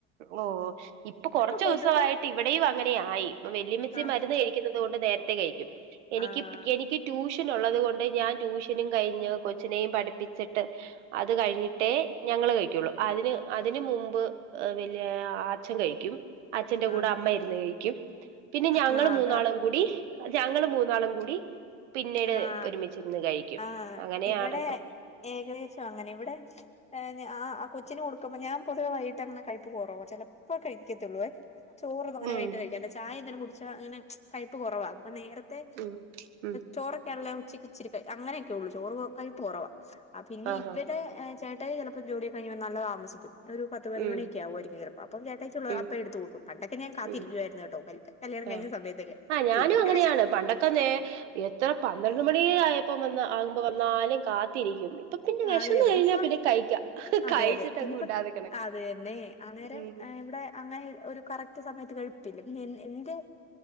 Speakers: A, on the right (about 85°); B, on the left (about 20°).
A: ഓ ഇപ്പൊ കൊറച്ച് ദിവസമായിട്ട്
B: പൊതുവേ
A: ഇവിടെയും അങ്ങനായി ഇപ്പൊ വെല്ല്യമ്മച്ച്
B: ആഹ്
A: മരുന്ന് കഴിക്കുന്ന തോണ്ട് നേരത്തെ കഴിക്കും എനിക്ക്
B: ആഹ്
A: എനിക്ക് ട്യൂഷൻ ഉള്ളത് കൊണ്ട് ഞാൻ ട്യൂഷനും കഴിഞ്ഞ് കൊച്ചിനെയും പഠിപ്പിച്ചിട്ട് അത് കഴിഞ്ഞിട്ടേ ഞങ്ങള് കഴിക്കൊള്ളു അതിന് അതിന് മുമ്പ് വലിയ ആച്ചൻ കഴിക്കും അച്ഛന്റെ കൂടെ
B: ആഹ്
A: അമ്മ ഇരുന്ന് കഴിക്കും പിന്നെ ഞങ്ങൾ
B: ആഹ്
A: മൂന്നാളും
B: അതാ
A: കൂടി ഞങ്ങള് മൂന്നാളും കൂടി പിന്നീട്
B: ആഹ്
A: ഒരുമിച്ചിരുന്ന് കഴിക്കും
B: ആഹ്
A: അങ്ങനെയാണ്
B: ഇവിടെ
A: ഇപ്പം
B: ഏകദേശം അങ്ങനെ ഇവിടെ ഹേ ആ കൊച്ചിന് കൊടുക്കുമ്പോ ഞാൻ പൊതുവെ വൈകട്ട് അങ്ങന കഴപ്പ് കൊറവ ചെലപ്പോ കഴിക്കത്തൊള്ളുവേ ചോറ് തോനെ
A: ഉം
B: വട്ട കഴിക്കല്ല ചായന്തെലും കുടിച്ചാ അങ്ങനെ കൈപ്പ് കൊറവാ അപ്പ നേരത്തെ
A: ഉം ഉം
B: ചോറൊക്കെ ഉള്ളല്ല ഉച്ചക്ക് ഇച്ചിരിക്ക അങ്ങനെയൊക്കെ ഉള്ളൂ ചോറ് കൈ കുറവ പിന്നെ
A: ആഹാ
B: ഇവിടെ ചേട്ട ട്ടായി ചെലപ്പോ ജോലിയൊക്കെ കഴിഞ്ഞ് നല്ലൊ താമസിക്കും ഒരു പത്തേ പതിനൊന്ന്
A: ഉം
B: മണിയായിക്കും ചെലപ്പൊ അപ്പൊ ചേട്ടായിക്ക്
A: ഉം
B: അപ്പൊ എടുത്ത് കൊടുക്കും പണ്ടൊക്കെ ഞാൻ കാത്തിരിക്കുവായിരുന്നു
A: ഉം
B: ട്ടോ കല്യാണം കഴിഞ്ഞ
A: ആ
B: സമയത്തൊക്കെ
A: ആഹ് ഞാനും
B: പിന്നെ പിന്നെ
A: അങ്ങനെയാണ്
B: വിശക്ക
A: പണ്ടൊക്കെ നേ എത്ര പന്ത്രണ്ട് മണി ആയപ്പം വന്ന് ആകുമ്പോ വന്നാലും കാത്തിരിക്കും ഇപ്പൊ പിന്നെ വിശന്ന്
B: അതെ അതെ
A: കഴിഞ്ഞാ
B: ഇപ്പം
A: പിന്നെ കഴിക്കാം
B: അതെ
A: കഴിച്ചിട്ടങ്ങ്
B: അതെ പിന്നെപ്പ
A: വിടാതെ കിടക്കും
B: അത തന്നെ അന്നേരം
A: ഉം
B: ഇവിടെ അങ്ങനെ ഒരു കറക്റ്റ് സമയത്ത് കഴിപ്പില്ല പിന്നെ എന്റെ